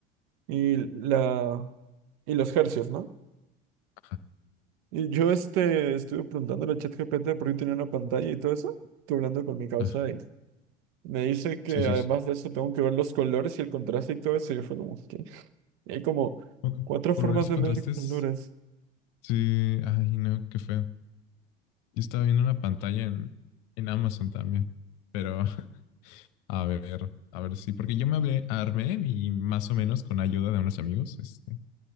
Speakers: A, on the right; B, on the left.
A: y la. y los hercios, ¿no?
B: Ajá.
A: Y yo este estuve preguntándole a ChatGPT por qué tenía una pantalla y todo eso. Estuve hablando con mi causa
B: Ah,
A: y me dice que
B: sí, sí,
A: además
B: sí.
A: de eso tengo que ver los colores y el contraste y todo eso. Y yo fue como, ok. Y hay como
B: Co-
A: cuatro formas
B: Colores
A: de
B: y contrastes.
A: medir colores.
B: Sí, ay, no, qué feo. Yo estaba viendo una pantalla en, en Amazon también, pero <laughs> a ver, a ver sí, porque yo me hablé, armé y más o menos con ayuda de unos amigos, este,